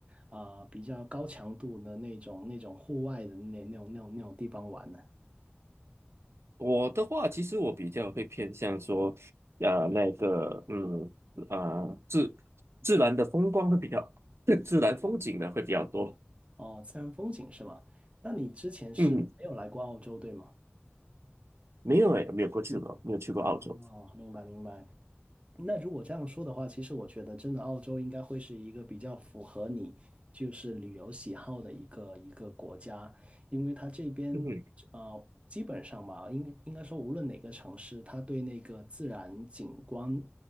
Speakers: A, on the right (about 30°); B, on the right (about 75°).
A: 啊、比较高强度的那种那种户外的那那种那种那种地方玩呢？
B: 我的话，其实我比较会偏向说，呃，那个，嗯，啊、自自然的风光会比较，<laughs> 自然风景呢会比较多。
A: 哦，自然风景是吗？那你之前是没有来过澳洲，
B: 嗯，
A: 对吗？
B: 没有诶，没有过去过，
A: 嗯，
B: 没有去过澳洲。
A: 哦，明白明白。那如果这样说的话，其实我觉得真的澳洲应该会是一个比较符合你就是旅游喜好的一个一个国家，因为它这边呃基本上吧，
B: 嗯哼，
A: 应应该说无论哪个城市，它对那个自然景观